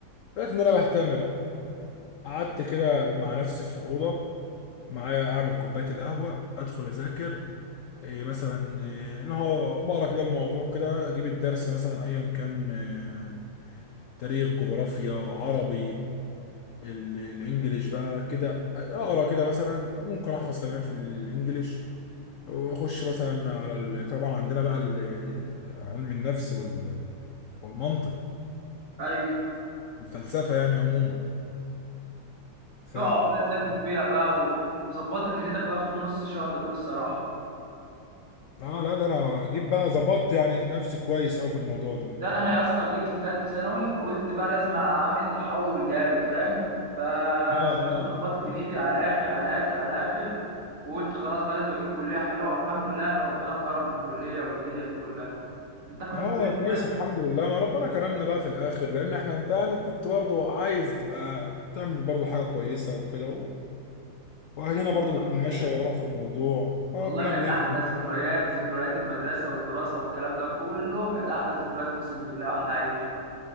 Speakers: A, on the left (about 85°); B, on the right (about 45°).
A: لقيت إن أنا بهتم بقى قعدت كده مع نفسي في الأوضة معايا أعمل كوباية القهوة أدخل أذاكر إيه مثلا إيه اللي هو بقرا كده الموضوع كده أجيب الدرس مثلا أيا كان إيه تاريخ جغرافيا عربي ال- الانجليش بقى كده اقرا كده مثلا ممكن احفظ كلمات في الانجليش واخش مثلا على ال... طبعا عندنا بقى ال- علم النفس وال... والمنطق
B: ايوه
A: الفلسفه يعني عموما ف
B: تقعد بقى تذاكر فيها بقى و- وظبطت دنيتك في اخر نص شهر دول الصراحه
A: اه لا ده انا جيت بقى ظبطت يعني نفسي كويس اوي في الموضوع ده
B: لا انا يا اسطى جيت في ثالثه ثانوي قلت بقى لازم اعمل تحول جامد فاهم فالصراحه
A: اه اه
B: ظبطت دنيتي على الاخر على الاخر على الاخر وقلت خلاص بقى لازم اجيب كليه حلوه والحمد لله ان ربنا كرم بالكليه والدنيا دي كلها انت كان
A: اه
B: كل
A: كويس
B: انت
A: الحمد لله ما ربنا كرمنا بقى في الاخر لان احنا انت يعني كنت برضو عايز تبقى تعمل برضو حاجه كويسه وكده واهلنا
B: يلا
A: برضه
B: الحمد
A: بتكون
B: لله
A: ماشيه ورانا في الموضوع ربنا
B: والله كانت
A: بيكرم
B: احلى ذكريات ذكريات المدرسه والدراسه والكلام ده كله كانت احلى ذكريات اقسم بالله احلى عيش